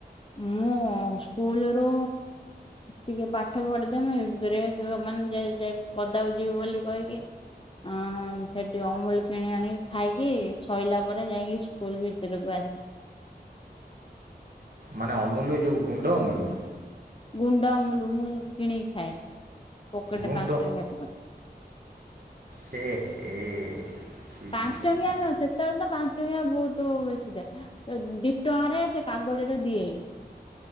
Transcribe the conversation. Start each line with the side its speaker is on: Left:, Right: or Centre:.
Left: ମୁଁ ସ୍କୁଲ ରୁ। ଟିକେ ପାଠ ପଢିଦେମି ବ୍ରେକେ ଏ ମାନେ ଯି ଯେ ପଦାକୁ ଯିବି ବୋଲି କହିକି। ଅଁ ସେଠି ଅମୁଲୁ କିଣି ଆଣିକି ଖାଇକି ସୋଇଲା ପରେ ଯାଇକି ସ୍କୁଲ ଭିତରକୁ ଆସି
Right: ମାନେ ଅମୁଲୁ ଯଉ ଗୁଣ୍ଡ ଅମୁଲୁ।
Left: ଗୁଣ୍ଡ ଅମୁଲୁ ମୁ କିଣିକି ଖାଏ ପକେଟ
Right: ଗୁଣ୍ଡ
Left: ପାଞ୍ଚ ଟଙ୍କିଆ ପକେଟ।
Right: ହେ ହେ। ଛି
Left: ପାଞ୍ଚ
Right: ଛି
Left: ଟଙ୍କିଆ
Right: ଛି ଛି
Left: ନ ସେତେବେଳେ ତ ପାଞ୍ଚ ଟଙ୍କିଆ ବହୁତ ବେଶୀ ଦେ ଦିଟଙ୍କାରେ ସେ କାଗଜରେ ଦିଏ